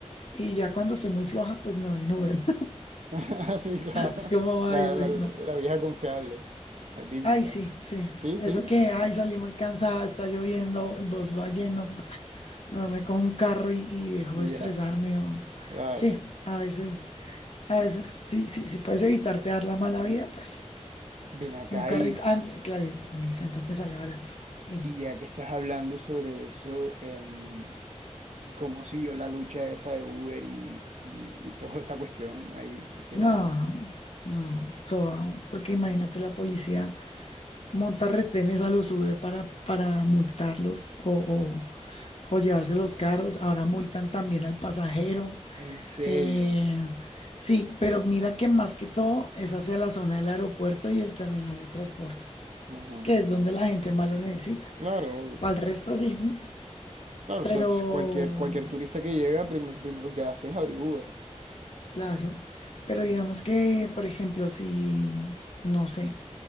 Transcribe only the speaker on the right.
<laughs> Sí, claro.
La,
la, la
vieja confiable, la típica.
Sí,
sí,
y
ya,
claro.
Ven acá,
hijo.
Y ya que estás hablando sobre eso, em, ¿cómo siguió la lucha esa de Uber y, y, y toda esa cuestión ahí? Porque,
no-
en serio.
Ajá.
Claro, obvio.
Claro,
o sea, ts- cualquier, cualquier turista que llega, prim- primero que hace es abrir Uber.